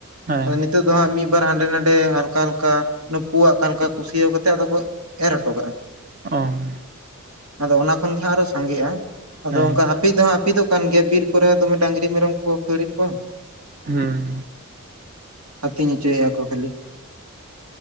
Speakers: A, on the right; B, on the right.
A: ᱦᱮᱸ
B: <unintelligible> ᱱᱤᱛᱚᱜ ᱫᱚ ᱦᱟᱸᱜ ᱢᱤᱫᱵᱟᱨ ᱦᱟᱸᱰᱮ ᱱᱷᱟᱸᱰᱮ ᱦᱟᱞᱠᱟ ᱦᱟᱞᱠᱟ <unintelligible> <unintelligible> ᱠᱟᱱᱠᱚ ᱠᱩᱥᱭᱟᱹᱣ ᱠᱟᱛᱮᱫ ᱟᱫᱚ ᱠᱚ ᱮᱨ ᱦᱚᱴᱚ ᱠᱟᱜᱼᱟ᱾
A: <unintelligible>
B: ᱟᱫᱚ ᱚᱱᱟ ᱠᱷᱚᱱ ᱜᱮ ᱦᱟᱸᱜ ᱟᱨ ᱦᱚᱸ ᱥᱟᱸᱜᱮᱜᱼᱟ ᱟᱫᱚ
A: ᱦᱮᱸ
B: ᱚᱱᱠᱟ? ᱯᱤᱜ ᱫᱚ ᱦᱟᱸᱜ ᱦᱟᱹᱯᱤᱫᱚᱜ ᱠᱟᱱ ᱜᱮᱭᱟ ᱵᱤᱨ ᱠᱚᱨᱮ ᱦᱚᱸ ᱫᱚᱢᱮ ᱰᱟᱝᱨᱤ ᱢᱮᱨᱚᱢ ᱠᱚ ᱠᱷᱟᱹᱲᱮᱜ ᱠᱚᱣᱟ᱾
A: ᱦᱩᱸ
B: ᱟᱛᱤᱧ ᱦᱚᱪᱚᱭᱮᱜᱼᱟ ᱠᱚ ᱠᱷᱟᱹᱞᱤ,